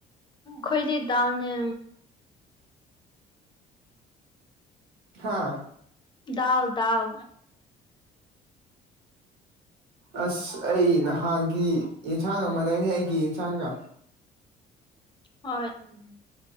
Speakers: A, on the left (about 25°); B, on the right (about 85°).
A: ꯈꯣꯏꯗꯤ ꯗꯥꯜꯅꯦ
B: ꯍꯥꯥ
A: ꯗꯥꯜ ꯗꯥꯜ
B: ꯑꯁ ꯑꯩ ꯅꯍꯥꯟꯒꯤ ꯏꯟꯁꯥꯡꯒ ꯃꯥꯅꯩꯅꯦ ꯑꯩꯒꯤ ꯏꯟꯁꯥꯡꯒ
A: ꯍꯣꯏ
B: ꯎꯝ